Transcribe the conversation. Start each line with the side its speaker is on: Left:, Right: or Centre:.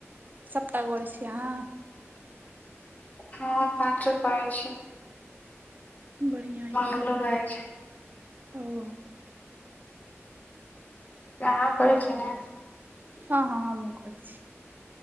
Right: सपता गरै छियै अहाँ
Left: हँ पाँचो करै छी।
Right: बढ़िआँ अइ
Left: बंगलोर रहै छै। <unintelligible>
Right: ओ
Left: <unintelligible> करै छीयै ने
Right: हं- हं हमहु करय छी,